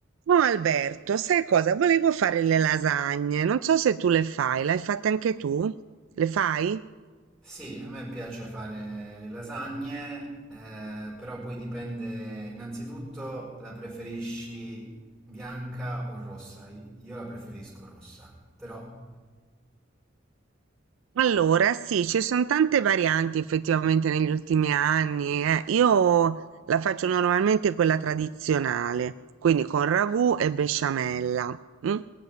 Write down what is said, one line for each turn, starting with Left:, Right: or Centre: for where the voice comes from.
Right: No, Alberto, sai cosa? Volevo fare le lasagne. Non so se tu le fai, le hai fatte anche tu? Le fai?
Centre: Sì, a me piace fare le lasagne, eh, però poi dipende innanzitutto la preferisci bianca o rossa. Io la preferisco rossa, però
Right: Allora, sì, ci sono tante varianti effettivamente negli ultimi anni. eh. Io la faccio normalmente quella tradizionale, quindi con ragù e besciamella. mm.